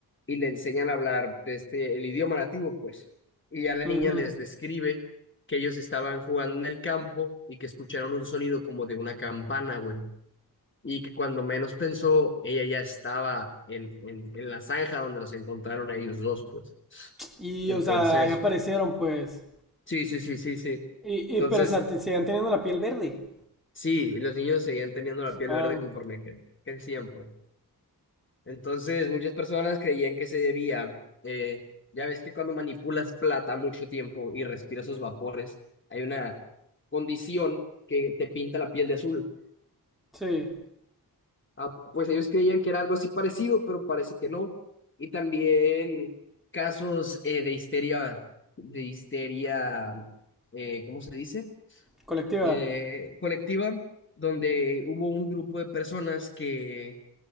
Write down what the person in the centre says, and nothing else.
Ujú.
Y,
o sea, ahí aparecieron, pues.
Y,
y pero, o sea, te- seguían teniendo la piel verde.
Wow.
Sí.
Colectiva.